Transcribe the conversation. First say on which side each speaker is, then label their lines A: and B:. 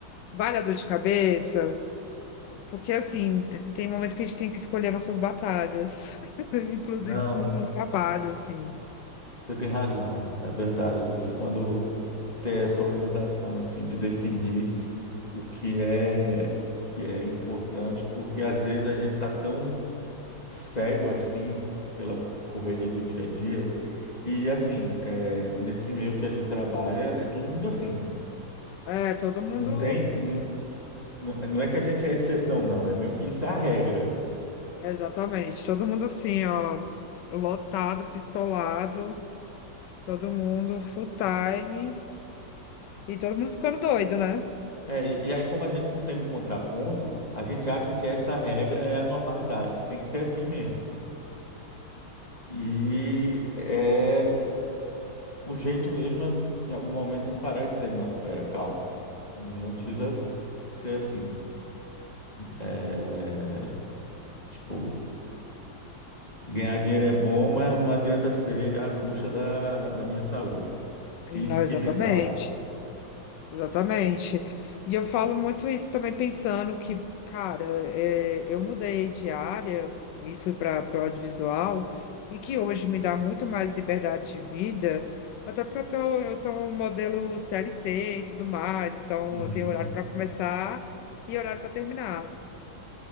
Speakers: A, on the left (about 70°); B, on the left (about 20°).
A: vale a dor de cabeça. Porque assim, t- tem momento que a gente tem que escolher nossas batalhas, <laughs> inclusive
B: Não,
A: com o trabalho, assim.
B: você tem razão, é verdade, eu estou precisando ter essa organização, assim, de definir. o que é que é importante, porque às vezes a gente tá tão cego assim pela correria do dia a dia. E assim, é, nesse meio que a gente trabalha, é todo mundo assim, né?
A: É, todo mundo,
B: Não tem, não, não, não é que a gente é exceção, não, é meio que isso é a regra.
A: exatamente, todo mundo assim, ó, lotado, pistolado. Todo mundo full time e todo mundo ficando doido, né?
B: É, e, e aí, como a gente não tem um contraponto, a gente acha que essa regra é a normalidade, que tem que ser assim mesmo. E é, O jeito mesmo é, em algum momento, é parar e dizer, não, pera, calma. Não precisa ser assim. É, tipo, ganhar dinheiro é bom, mas não adianta ser à custa da, da minha saúde física
A: Não, exatamente,
B: e mental.
A: exatamente. E eu falo muito isso também pensando que, cara, é, eu mudei de área e fui para o audiovisual e que hoje me dá muito mais liberdade de vida, até porque eu tô, eu tô um modelo CLT e tudo mais, então
B: Uhum.
A: eu tenho horário para começar e horário para terminar.